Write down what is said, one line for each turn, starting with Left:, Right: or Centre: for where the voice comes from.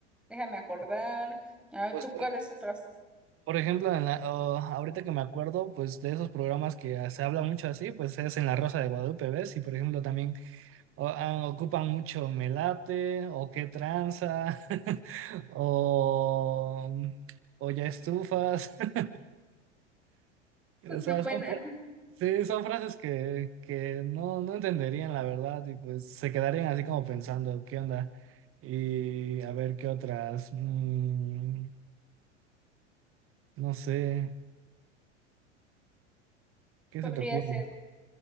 Centre: déjame acordar. A ver,
Right: Pues
Centre: ¿tú cuáles otras?
Right: Por ejemplo, en la, oh, ahorita que me acuerdo, pues de esos programas que ah, se habla mucho así, pues es en La Rosa de Guadalupe, ¿ves? Y por ejemplo también oh, ah, ocupan mucho melate o qué tranza <laughs> o, o ya estufas. <laughs> O
Centre: <laughs>
Right: sea,
Centre: buena
Right: son, fra- sí, son frases que, que no, no entenderían la verdad y pues se quedarían así como pensando, ¿qué onda? Y a ver qué otras, Mm, no sé, ¿qué
Centre: podría
Right: se te ocurre?
Centre: ser,